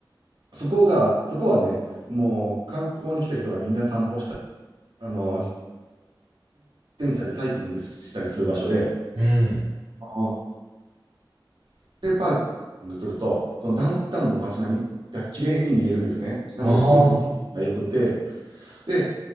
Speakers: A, on the right; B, on the right.
A: そこが、そこはね、もう観光に来た人がみんな散歩した、あの、自転車でサイクリングしたりする場所で、
B: い。うん。
A: あのスタンレーパークすると、そのダウンタウンの街並みが綺麗に見えるんですね。なのですごく景色が良くて、
B: ああ、は
A: で、